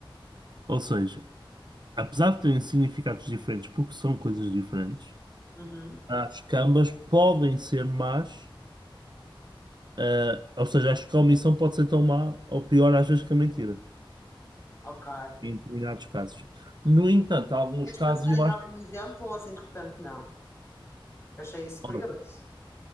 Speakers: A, on the right; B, on the left.
A: Ou seja, Apesar de terem significados diferentes, porque são coisas diferentes,
B: Uhum,
A: as que ambas podem ser más, ah, ou seja, acho que a omissão pode ser tão má ou pior às vezes que a mentira,
B: ok.
A: em determinados casos. No entanto, há alguns
B: Queres
A: casos
B: pensar
A: eu
B: em
A: acho.
B: algum exemplo ou assim de repente não? Eu Achei isso curioso.
A: Olha,